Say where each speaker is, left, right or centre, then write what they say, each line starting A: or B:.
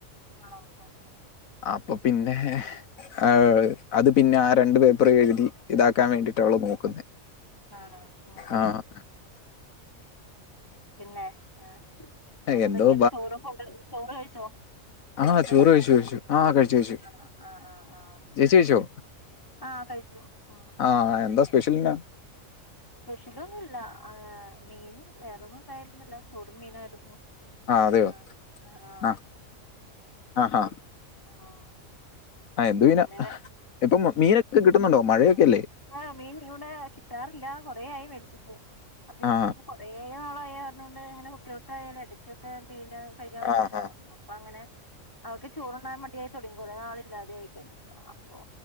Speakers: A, on the left; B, on the left.
A: ആണോ ആഹ് ആഹ്
B: അപ്പൊ പിന്നെഹ് ആ അത് പിന്നെ ആ രണ്ട് പേപ്പറെഴുതി ഇതാക്കാൻ വേണ്ടിട്ടാവള് നോക്കുന്നെ
A: ആഹ് ആഹ്
B: ആഹ്
A: പിന്നെ ആ വേറെന്തൊക്കെണ്ട്
B: എന്തോ
A: ചോറ് ഫുഡ് ചോറ് കഴിച്ചോ
B: ആഹ്
A: കഴിച്ചോ
B: ചോറ് കഴിച്ചു കഴിച്ചു ആ കഴിച്ചു കഴിച്ചു
A: ആഹ് ആഹ് ആഹ് ആഹ്
B: ചേച്ചി കഴിച്ചോ
A: ആഹ് കഴിച്ചു ഉം
B: ആഹ് എന്താ സ്പെഷ്യൽന്
A: സ്പെഷലൊന്നുല്ല ആ മീൻ വേറൊന്നും ഉണ്ടായിരുന്നില്ല ചോറും മീനായിരുന്നു
B: ആ അതെയോ
A: ആഹ് ആഹ്
B: ആ ആ ഹാ
A: ആഹ്
B: ആ എന്ത് മീന
A: പിന്നെ
B: ഇപ്പ മീനൊക്കെ കിട്ടുന്നുണ്ടോ മഴയൊക്കെയല്ലേ
A: ആ മീൻ ഇവിടെ കിട്ടാറില്ല കൊറേ ആയി വേടിച്ചിട്ട് അപ്പൊ ഇന്ന്
B: ആ
A: കൊറേ നാളായ കാരണോണ്ട് ങ്ങനെ കുട്ടികൾക്കായാലും എടക്കൊക്കെ മീന് കഴിക്കാൻ ഇഷ്ടാണ്
B: ആ ഹാ
A: പ്പാങ്ങനെ അവക്ക് ചോറുണ്ണാൻ മടിയായി തൊടങ്ങി കുറേനാളില്ലാതെയിക്കഴിഞ്ഞപപ്പോ അപ്പൊ